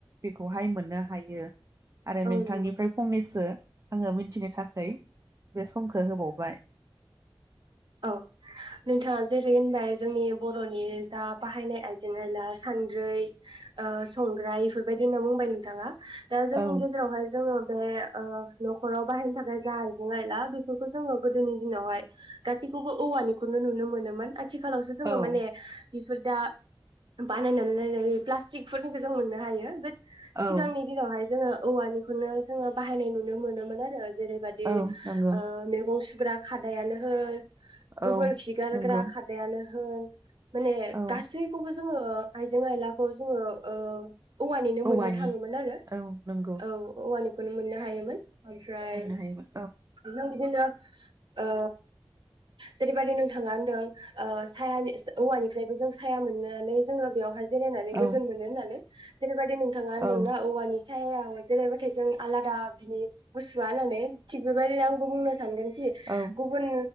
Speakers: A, on the right (about 35°); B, on the right (about 65°).
A: बेखौहाय मोननो हायो । आरो नोंथांनिफ्राय
B: नंगौ
A: फंनैसो आङो मिथिनो थाखाय बे समखौ होबावबाय
B: औ नोंथाङा जेरै होनबाय जोंनि बर'नि जा बाहायनाय आइजें आयला सानद्रै ओ संग्राय इफोरबायदि होनना बुंबाय नोंथाङा। दा जोंनि
A: औ
B: गेजेरावहाय जोङो बे ओ न'खराव बाहेरनो थाखाय जा आइजें आयला बेफोरखौ जोङो गोदोनि दिनावहाय गासैखौबो औवानिखौनो नुनो मोनोमोन आ आथिखालावसो जोङो
A: औ
B: माने फोदा बाननानै जेरै प्लास्टिकफोरनिखौ जों मोननो हायो बेट सिगांनि
A: औ
B: दिनावहाय जोङो औवानिखौनो जोंङो बाहायनाय नुनो मोनोमोन आरो। जेरै बायदि
A: औ नंगौ
B: ओ मेगं सु फ्रा खादायानो होन गोबोर
A: औ
B: खिगारग्रा
A: नंगौ
B: खादायानो होन माने
A: औ
B: गासैखौबो जोंङो आइजें आयला खौ जोंङो ओ औवानिनो
A: औवानि
B: मोननो थांङोमोन आरो
A: औ नंगौ
B: औ औवानि खनो मोननो हायोमोन। ओमफ्राय
A: मोननो हायोमोन
B: जों दिनो ओ जेरै बायदि नोंथांङा होनदों ओ सायानि औवानिफ्रायबो जों साया मोननानै जोंङो बेयावहाय जिरायनानै
A: औ
B: गोजोन मोनो होननानै जेरै बाय ओय नोंथांङा होनदोंना
A: औ
B: औवानि सायाव जेरैबाथाय जों आलादा बिनि गुसुआ होननानै थिग बेबायदिनो आंबो बुंनो सानदों दि
A: औ
B: गुबुन